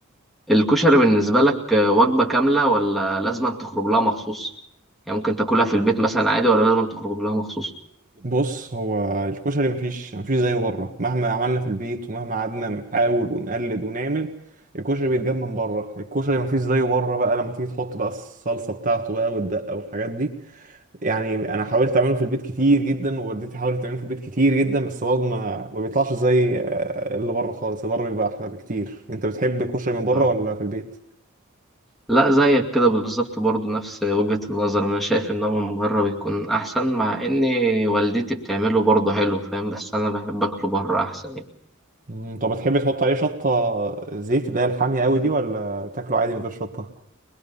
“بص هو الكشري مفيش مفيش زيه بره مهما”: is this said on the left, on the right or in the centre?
Right